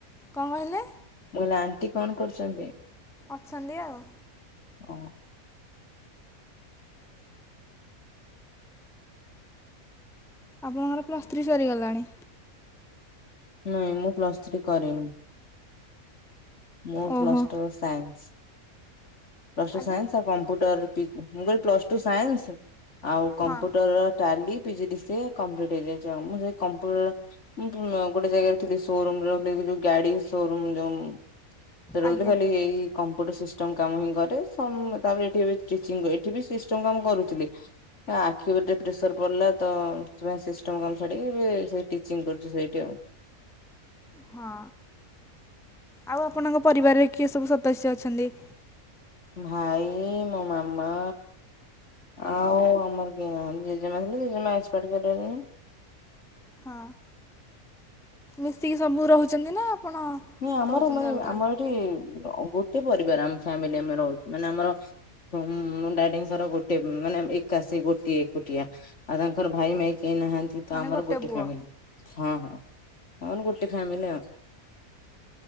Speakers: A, in the centre; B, on the left (about 50°).
A: କଣ କହିଲେ?
B: ମୁଁ କହିଲି ଆଣ୍ଟି କଣ କରୁଛନ୍ତି?
A: ଅଛନ୍ତି ଆଉ।
B: ଅ।
A: ଆପଣଙ୍କର ପ୍ଲସ୍ ଥ୍ରୀ ସରିଗଲାଣି?
B: ନାଇଁ ମୁଁ ପ୍ଲସ ଥ୍ରୀ କରିନି। ମୁଁ
A: ଓହୋ।
B: Plus two science. Plus two
A: ଆଜ୍ଞା
B: ସାଇନ୍ସ ଆଉ କମ୍ପ୍ୟୁଟର ପି ମୁଁ କହିଲି ପ୍ଲସ ଟୁ ସାଇନ୍ସ ଆଉ computer
A: ହଁ
B: tally P G D C A complete ହେଇଯାଇଛି ଆଉ ମୁଁ ସେଇ କମ୍ପୁଟର ଗୋଟେ ଯାଗାରେ ଥିଲି ସୋରୁମର ଗାଡି ସୋରୁମ୍ ଯୋମ୍ ସେଠି ରହୁଥିଲି
A: ଆଜ୍ଞା
B: ଖାଲି ଏଇ କମ୍ପୁଟର ସିଷ୍ଟମ କାମ ହିଁ ଘରେ ସମ୍ ତାପରେ ଏଠି ଏବେ ଟିଚିଙ୍ଗ ଏଠି ବି ସିଷ୍ଟମ କାମ କରୁଥିଲି। ନା ଆଖି ଉପେ ପ୍ରେସର ପଡ଼ିଲା ତ ସେଥିପାଇଁ ସିଷ୍ଟମ କାମ ଛାଡ଼ିକି ସେଇ ଟିଚିଙ୍ଗ କରୁଛି ସେଇଠି ଆଉ
A: ହଁ ଆଉ ଆପଣଙ୍କ ପରିବାରରେ କିଏ ସବୁ ସଦସ୍ୟ ଅଛନ୍ତି?
B: ଭାଇ ମୋ ମାମା ଆଉ ଆମର ଜେଜେମା ଥିଲେ ଜେଜେମା ଏକ୍ସପାର୍ କରିଗଲେଣି।
A: ହଁ ମିଶିକି ସବୁ ରହୁଚନ୍ତି ନା ଆପଣ
B: ନା ଆମର
A: ରହୁଛନ୍ତି
B: ମାନେ
A: ଅଲଗା?
B: ଆମର ଏଠି ଗୋଟେ ପରିବାର ଆମ ଫ୍ୟାମିଲି ଆମେ ରହୁଛ ମାନେ ଆମର ହଁ ହୁଁ ମୋ ଡାଡିଙ୍କର ଗୋଟେ ମାନେ ଏକାଶୀ ଗୋଟିଏ ଏକୁଟିଆ। ଆଉ ତାଙ୍କର ଭାଇ ନାହିଁ କେହି ନାହାନ୍ତି
A: ମାନେ
B: ତ ଆମର ଗୋଟେ
A: ପୁଅ
B: ଫ୍ୟାମିଲି ହଁ ହଁ। ଆମର ଗୋଟେ ଫ୍ୟାମିଲି ଆଉ।